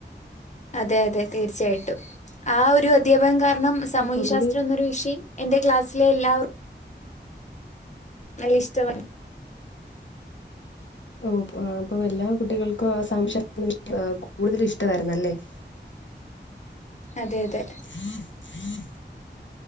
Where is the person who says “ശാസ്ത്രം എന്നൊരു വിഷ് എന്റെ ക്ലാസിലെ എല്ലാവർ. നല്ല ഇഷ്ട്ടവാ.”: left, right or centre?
Left